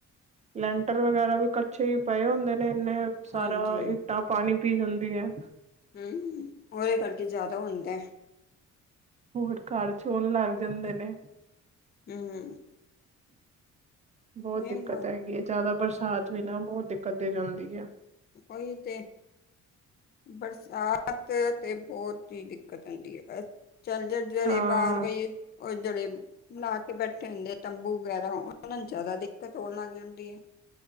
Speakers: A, on the right (about 25°); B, on the left (about 35°).
A: ਲੈਂਟਰ ਵਗੈਰਾ ਵੀ ਕੱਚੇ ਹੀ ਪਾਏ ਹੁੰਦੇ ਨੇ ਇੰਨੇ ਸਾਰਾ
B: ਹਾਂਜੀ
A: ਇੱਟਾਂ ਪਾਣੀ ਪੀ ਜਾਂਦੀਆਂ।
B: ਹੂਮ ਉਹਦੇ ਕਰਕੇ ਜ਼ਿਆਦਾ ਹੁੰਦਾ
A: ਹੋਰ ਘਰ ਚੋਣ ਲੱਗ ਜਾਂਦੇ ਨੇ
B: ਹੂ
A: ਬਹੁਤ ਦਿੱਕਤ
B: ਮ-
A: ਹੈਗੀ ਹੈ, ਜ਼ਿਆਦਾ ਬਰਸਾਤ ਵੀ ਨਾ ਬਹੁਤ ਦਿੱਕਤ ਦੇ ਜਾਂਦੀ ਹੈ।
B: ੳਹੀ ਤੇ ਬਰਸਾਤ ਤੇ ਬਹੁਤ ਹੀ ਦਿੱਕਤ ਹੁੰਦੀ ਏ, ਬਸ ਚੱਲ ਜੇ ਜਰੇ
A: ਹਾਂ
B: ਬਾਹਰ ਬਈ ਉਹ ਜਿਹੜੇ ਮਲਾ ਕੇ ਬੈਠੇ ਹੁੰਦੇ ਤੰਬੂ ਵਗੈਰਾ ਉਹਨਾਂ ਨੂੰ ਜਿਆਦਾ ਦਿੱਕਤ ਹੋਣ ਲੱਗ ਜਾਂਦੀ ਏ।